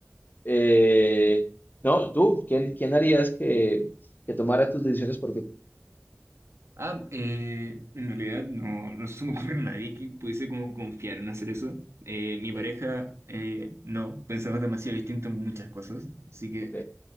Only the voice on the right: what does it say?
Ah, eh, en realidad no, no se me ocurre a nadie que pudiese como confiar en hacer eso. Eh,
mi pareja, eh, no, pensaba demasiado distinto en muchas cosas. Así que